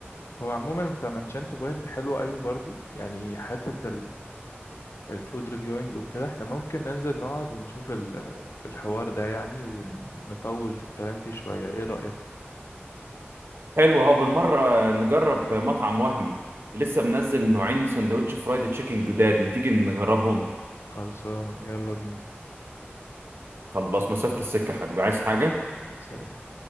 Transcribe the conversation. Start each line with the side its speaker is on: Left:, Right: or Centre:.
Left: هو عموما انت منشنت بوينت حلوة ايوه برضو يعني حتة الفود ريفيوينج وكده احنا ممكن ننزل نقعد ونشوف ال- الحوار ده يعني ونطول في الكلام فيه شوية ايه رأيك
Right: حلو اهو بالمره نجرب مطعم وهمي لسه منزل نوعين سندوتش فرايد تشيكن جداد ما تيجي نجربهم
Left: خلصانة يلا بينا
Right: خلاص مسافه السكه يا حبيبي عايز حاجه
Left: سلام